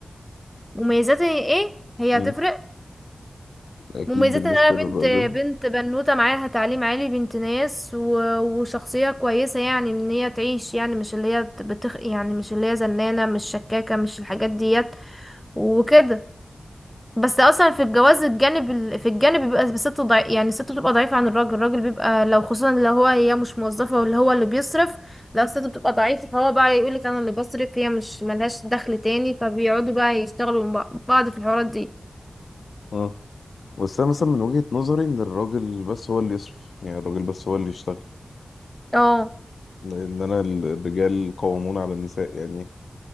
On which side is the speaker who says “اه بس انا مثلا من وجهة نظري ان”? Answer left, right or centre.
Left